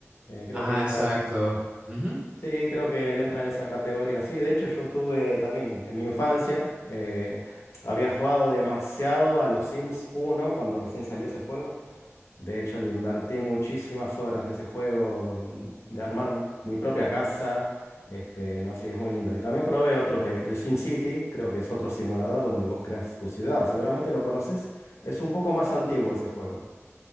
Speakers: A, on the left; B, on the right.
A: eh, creo
B: Ajá,
A: que entran.
B: exacto. Ujú.
A: Sí, creo que entra en esa categoría. Sí, de hecho yo tuve también en mi infancia, eh, había jugado demasiado a los Sims uno cuando recién salió ese juego. De hecho le invertí muchísimas horas de ese juego, mm, de armar mi propia casa. Este, no, sí, es muy lindo. Y también probé otros, eh, el SimCity, creo que es otro simulador donde vos creas tu ciudad. Seguramente lo conoces. Es un poco más antiguo ese juego.